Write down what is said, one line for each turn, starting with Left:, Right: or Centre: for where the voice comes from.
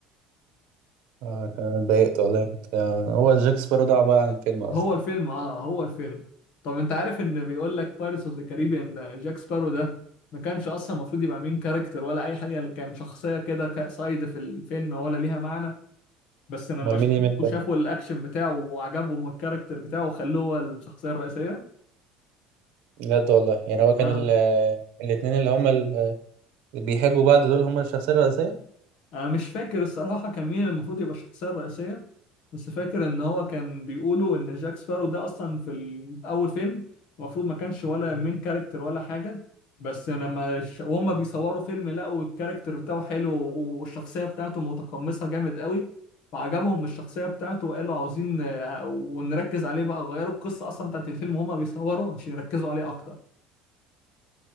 Right: اه كان اتضايقت والله كنت آه، هو جاك سبارو ده عبارة عن الفيلم اصلا
Left: هو الفيلم اه هو الفيلم طب انت عارف ان بيقول لك بايرتس اوف ذا كاريبيان جاك سبارو ده ما كانش اصلا المفروض يبقى مين كاركتر ولا اي حاجه اللي كان شخصيه كده سايد في الفيلم ولا ليها معنى بس لما
Right: امال مين
Left: شافوه
Right: اللي مات
Left: وشافوا
Right: برضه؟
Left: الاكشن بتاعه وعجبهم الكاركتر بتاعه وخلوه هو الشخصيه الرئيسيه
Right: بجد والله يعني هو كان
Left: اه
Right: ال... آه، الاتنين اللي هما ال- آه، اللي بيحبوا بعض دول هما الشخصية الرئيسية
Left: انا مش فاكر الصراحه كان مين المفروض يبقى الشخصيه الرئيسيه بس فاكر ان هو كان بيقولوا ان جاك سبارو ده اصلا في الاول فيلم المفروض ما كانش ولا مين كاركتر ولا حاجه بس لما ش... وهم بيصوروا فيلم لقوا الكاركتر بتاعه حلو والشخصيه بتاعته متقمصه جامد قوي فعجبهم الشخصيه بتاعته وقالوا عاوزين آه، ونركز عليه بقى غيروا القصه اصلا بتاعت الفيلم وهم بيصوروا عشان يركزوا عليه اكتر